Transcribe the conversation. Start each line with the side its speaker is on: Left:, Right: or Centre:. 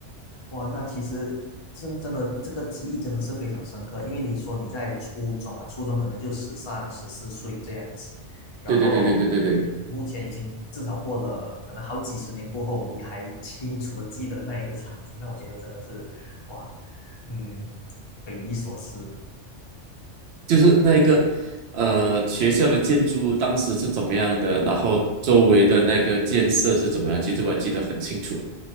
Left: 哇，那其实真真的这个记忆真的是非常深刻，因为你说你在初中啊，初中可能就十三、十四岁这样子，然后你目前已经至少过了可能好几十年过后，
Right: 对对对对对对对。
Left: 你还清楚的记得那一个场景，那我觉得真的是哇，嗯，匪夷所思，
Right: 就是那个呃学校的建筑物当时是怎么样的，然后周围的那个建设是怎么样，其实我记得很清楚。